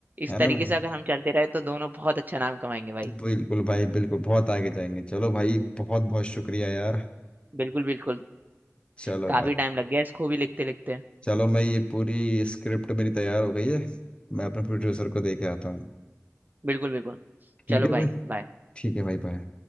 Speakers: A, on the right; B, on the left.
A: इस
B: है
A: तरीके
B: ना भाई
A: से अगर हम चलते रहे तो दोनों बहुत अच्छा नाम कमाएंगे भाई
B: बिल्कुल भाई बिल्कुल बहुत आगे जाएंगे चलो भाई बहुत बहुत शुक्रिया यार
A: बिल्कुल बिल्कुल
B: चलो
A: काफी
B: भाई
A: टाइम लग गया इसको भी लिखते लिखते
B: चलो मैं ये पूरी स्क्रिप्ट मेरी तैयार हो गई है मैं अपने प्रोड्यूसर
A: हम्म,
B: को दे के आता हूँ
A: बिल्कुल बिल्कुल
B: ठीक
A: चलो
B: है
A: भाई
B: भाई
A: बाय
B: ठीक है भाई बाय